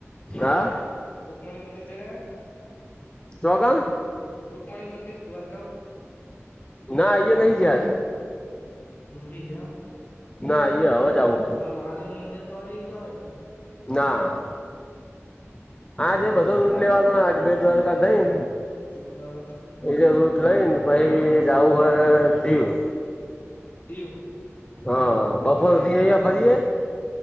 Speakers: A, on the left (about 20°); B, on the left (about 40°).
A: હા
B: રુકમણી મંદિર જઈને આયા?
A: ચોકણ
B: રુકમણી મંદિર દ્વારકા?
A: ના, ઈયે નહી જ્યા, અજુ
B: નહી જ્યા અમ,
A: ના અહીએ હવે જ આવું
B: તો ઓલુ મહાદેવનું મંદિર તોનઈ જ્યાવયા ન?
A: ના
B: ખરી
A: આજે બધો જ રૂટ લેવાનો, આજ બે દ્વારકા ગઈ ન
B: હા
A: ઈજો રૂટ લઈને પહી જાવું હોય દીવ
B: દીવ
A: હં, બપોરથી અઈયાં ફરીએ